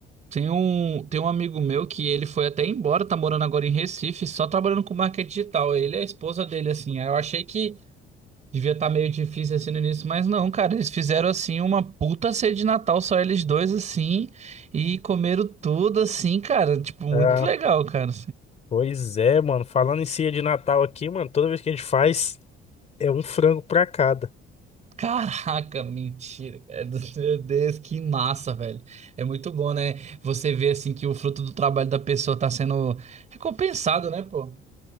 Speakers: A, on the right (about 35°); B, on the left (about 30°).
A: Tem um, tem um amigo meu que ele foi até embora, tá morando agora em Recife, só trabalhando com marketing digital. Ele e a esposa dele, assim. Aí eu achei que devia estar meio difícil assim no início, mas não, cara, eles fizeram assim uma puta ceia de Natal, só eles dois, assim, e comeram tudo assim, cara. Tipo, muito
B: É,
A: legal, cara.
B: pois é, mano. Falando em ceia de Natal aqui, mano, toda vez que a gente faz, é um frango pra cada.
A: Caraca, mentira, cara. <laughs> Meu Deus, que massa, velho. É muito bom, né? Você vê assim que o fruto do trabalho da pessoa tá sendo recompensado, né, pô?